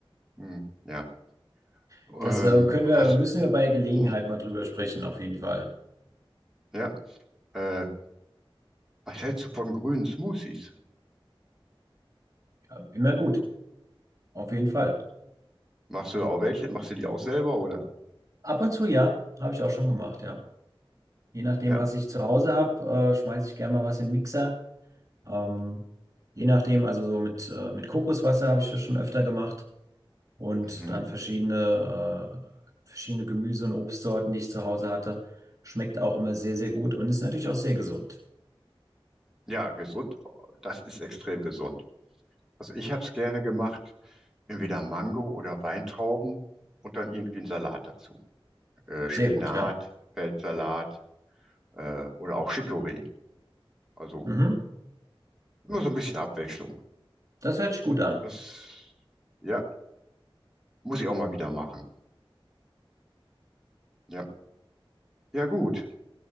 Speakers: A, in the centre; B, on the right.
A: hm, ja. Ähm,
B: Das äh, können
A: hast,
B: wir, müssen wir bei Gelegenheit
A: hm,
B: mal drüber sprechen, auf jeden Fall.
A: ja, äh, was hältst du von grünen Smoothies?
B: Ja, immer gut, auf jeden Fall.
A: Machst du da auch welche? Machst du die auch selber oder?
B: Ab und zu ja, habe ich auch schon gemacht, ja. Je nachdem,
A: Ja,
B: was ich zu Hause habe, äh, schmeiße ich gerne mal was in den Mixer. Ähm, je nachdem, also so mit, äh, mit Kokoswasser habe ich das schon öfter gemacht. und
A: mhm.
B: dann verschiedene, äh, verschiedene Gemüse- und Obstsorten, die ich zu Hause hatte. Schmeckt auch immer sehr, sehr gut und ist natürlich auch sehr gesund.
A: Ja, gesund. Das ist extrem gesund. Also ich habe es gerne gemacht, entweder Mango oder Weintrauben und dann irgendwie einen Salat dazu. Äh, Spinat,
B: Sehr gut, ja.
A: Feldsalat äh, oder auch Chicorée. Also
B: Mhm.
A: nur so ein bisschen Abwechslung.
B: Das hört sich gut an.
A: Das, ja, muss ich auch mal wieder machen. Ja, ja gut.